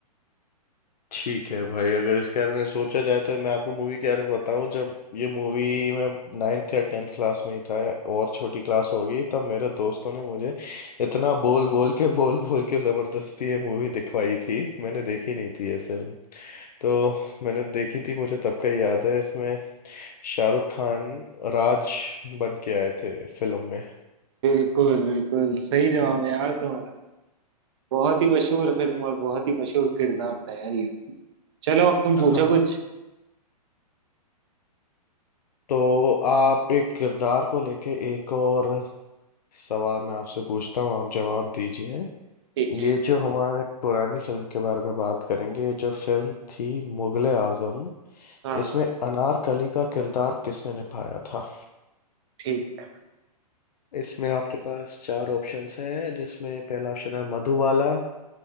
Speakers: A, on the left; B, on the right.
A: ठीक है भाई अगर इसके बारे में सोचा जाए तो मैं आपको मूवी के बारे में बताऊँ जब ये मूवी मैं नाइन्थ या टेंथ क्लास में ही था या और छोटी क्लास होगी तब मेरे दोस्तों ने मुझे इतना बोल बोल के बोल बोल के ज़बरदस्ती ये मूवी दिखवाई थी मैंने देखी नहीं थी ये फिल्म तो मैंने देखी थी मुझे तब का ही याद है इसमें शाहरुख खान राज बन के आए थे फिल्म में
B: बिल्कुल बिल्कुल सही जवाब है यार तुम्हारा बहुत ही मशहूर फिल्म और बहुत ही मशहूर किरदार था यार ये चलो अब तुम
A: हाँ
B: पूछो कुछ
A: तो आप एक किरदार को लेके एक और सवाल मैं आपसे पूछता हूँ आप जवाब दीजिए
B: ठीक है
A: ये जो हमारे पुरानी फिल्म के बारे में बात करेंगे ये जो फिल्म थी मुगले आजम
B: हाँ
A: इसमें अनारकली का किरदार किसने निभाया था
B: ठीक है
A: इसमें आपके पास चार ऑप्शंस हैं जिसमें पहला ऑप्शन है मधुबाला